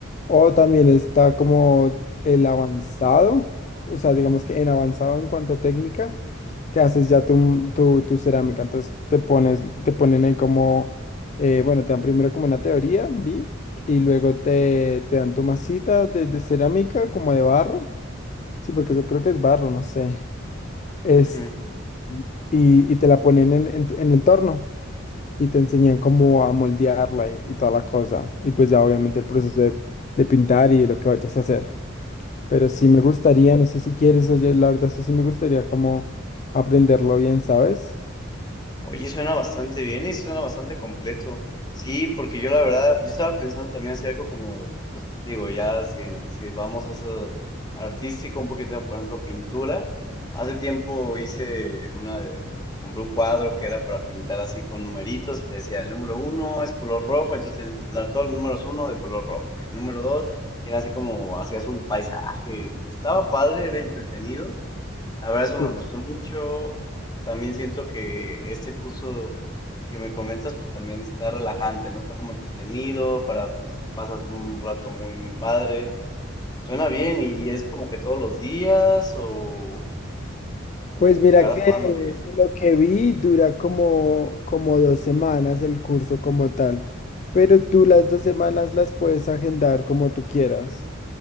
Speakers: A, on the left (about 35°); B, on the left (about 20°).
A: O también está como el avanzado, o sea, digamos que en avanzado en cuanto a técnica que haces ya tu, tu, tu cerámica. Entonces te pones, te ponen ahí como, eh, bueno, te dan primero como una teoría, vi, y luego te, te dan tu masita de, de cerámica, como de barro. Sí, porque yo creo que es barro, no sé. Es,
B: ujú.
A: y, y te la ponen en, en, tu- en el torno y te enseñan cómo a moldearla y, y toda la cosa. Y pues ya obviamente el proceso de, de pintar y de lo que vayas a hacer. Pero sí me gustaría, no sé si quieres, oye, la verdad, eso sí me gustaría como aprenderlo bien, ¿sabes?
B: Oye, suena bastante bien y suena bastante completo. Sí, porque yo la verdad, yo estaba pensando también hacer algo como, pues digo, ya si, si vamos a eso artístico, un poquito, por ejemplo, pintura. Hace tiempo hice una de, compré un cuadro que era para pintar así con numeritos y te decía, el número uno es color rojo, entonces tenías que pensar todos los números uno de color rojo. Y el número dos, y era así como hacías un paisaje. Estaba padre, era entretenido. La verdad, eso me
A: Sí.
B: gustó mucho. También siento que este curso que me comentas, pues también está relajante, ¿no? Está como entretenido, para, pues, pasas un rato muy, muy padre. Suena bien y, y es como que todos los días o, o
A: Pues mira
B: cada
A: que
B: cuándo es.
A: de lo que vi dura como, como dos semanas el curso como tal, pero tú las dos semanas las puedes agendar como tú quieras.